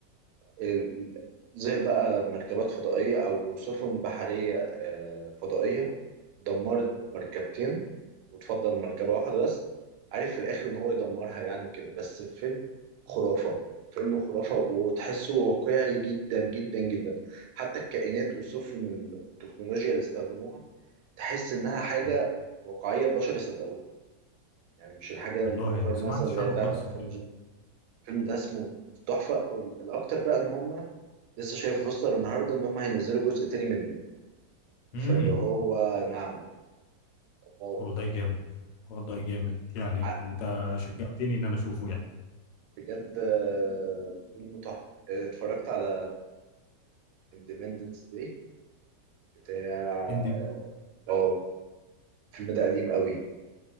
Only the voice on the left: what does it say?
أمم.
والله
انا ما سمعتش
عنه
خالص
الفيلم ده
امم
والله جامد والله جامد يعني
انت شجعتني ان انا اشوفه يعني
اندي